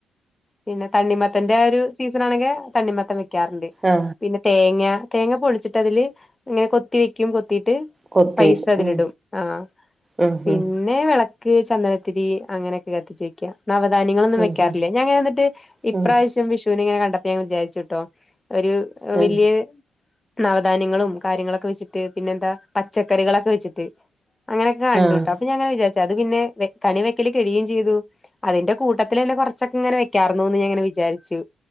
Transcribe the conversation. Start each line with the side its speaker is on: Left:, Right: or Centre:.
Left: പിന്നെ തണ്ണിമത്തന്റെ ആ ഒരു സീസണാണെങ്കെ തണ്ണിമത്തൻ വെയ്ക് ക്കാറ്ണ്ട്.
Right: ആ
Left: പിന്നെ തേങ്ങ, തേങ്ങ പൊളിച്ചിട്ടതില് ഇങ്ങനെ കൊത്തി വെയ്ക്കും, കൊത്തീട്ട്
Right: കൊത്തി
Left: പൈസതിലിടും,
Right: ഉം
Left: ആഹ്.
Right: ഉം
Left: പിൻ
Right: ഉം
Left: ന്നെ വെളക്ക്, ചന്ദനത്തിരീ അങ്ങനെയൊക്കെ കത്തിച്ച് വെയ്ക്ക. നവധാന്യങ്ങളൊന്നും
Right: ഉം
Left: വെയ്ക്കാറില്ല.
Right: ഉം
Left: ഞങ്ങനെന്ന് ഇപ്പ്രാവശ്യം
Right: ഉം
Left: വിഷൂന്ങ്ങനെ കണ്ടപ്പോ ഞാൻ വിചാരിച്ചുട്ടോ, ഒരു
Right: ഉം
Left: വല്യേ നവധാന്യങ്ങളും കാര്യങ്ങളൊക്കെ വെച്ച്ട്ട് പിന്നെന്താ പച്ചക്കറികളൊക്കെ വെച്ച്ട്ട് അങ്ങനെക്കെ കണ്ടൂട്ടൊ.
Right: ആഹ്
Left: പിന്നെ ഞാങ്ങ്നെ വിചാര്ച്ചു. അത് പിന്നെ വെ കണി വെക്കല് കഴിയേം ചെയ്തു. അതിന്റെ കൂട്ടത്തിലെന്നെ കൊറച്ചൊക്കെങ്ങനെ വെ യ്ക്കാർന്നൂന്ന് ഞാങ്ങനെ വിചാരിച്ചു.